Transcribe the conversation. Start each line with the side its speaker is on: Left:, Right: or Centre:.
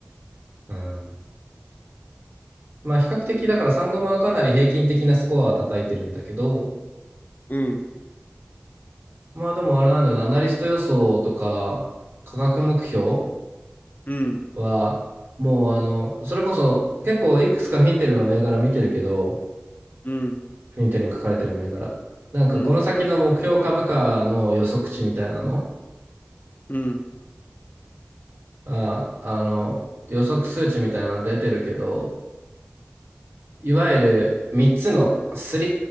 Right: う。うん。まあ比較的だからサンゴマはかなり平均的なスコアは叩いてるんだけど、
Left: うん。
Right: まあでもあれなんだよな、アナリスト予想とか、価格目標
Left: うん。
Right: は、もうあの、それこそ結構いくつかフィンテルの銘柄見てるけど、
Left: うん。
Right: フィンテルに書かれてる銘柄。なんかこの先の目標株価の予測値みたいなの、
Left: うん。うん、
Right: あ、あの、予測数値みたいなの出てるけど、いわゆる3つの3